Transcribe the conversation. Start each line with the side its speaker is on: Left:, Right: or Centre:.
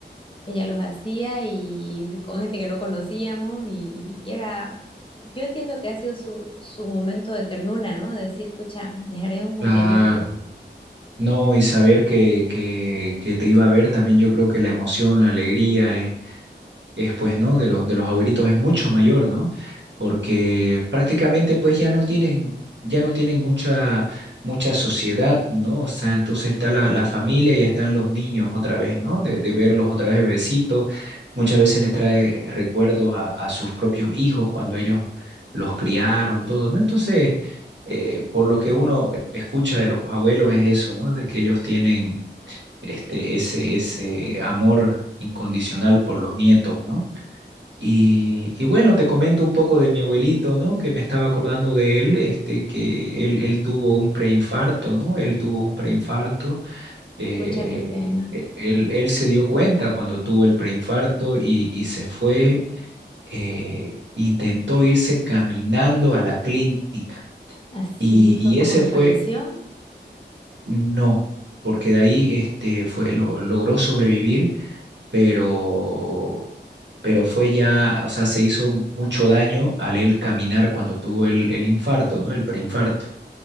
Left: ella los hacía y con gente que no conocíamos y, y era, yo entiendo que ha sido su, su momento de ternura, ¿no? De decir, pucha, dejaré un cumpleañito.
Right: claro. No, y saber que, que, que te iba a ver también, yo creo que la emoción, la alegría es es pues, ¿no? De los, de los abuelitos es mucho mayor, ¿no? Porque prácticamente pues ya no tienen, ya no tienen mucha, mucha sociedad, ¿no? O sea, entonces está la, la familia y están los niños otra vez, ¿no? De, de verlos otra vez bebecitos. Muchas veces les trae recuerdos a, a sus propios hijos cuando ellos los criaron, todo, ¿no? Entonces, eh, por lo que uno escucha de los abuelos es eso, ¿no? De que ellos tienen este, ese, ese amor incondicional por los nietos, ¿no? Y, y bueno, te comento un poco de mi abuelito, ¿no? Que me estaba acordando de él, este, que él, él tuvo un preinfarto, ¿no? Él tuvo un preinfarto. eh,
Left: Pucha, qué pena.
Right: e- él, él se dio cuenta cuando tuvo el preinfarto y, y se fue, eh, intentó irse caminando a la clínica.
Left: Así
Right: Y, y
Left: fue como
Right: ese
Left: que
Right: fue
Left: falleció.
Right: no, porque de ahí este, fue, lo, logró sobrevivir, pero pero fue ya, o sea, se hizo mucho daño al él caminar cuando tuvo el, el infarto, ¿no? El preinfarto.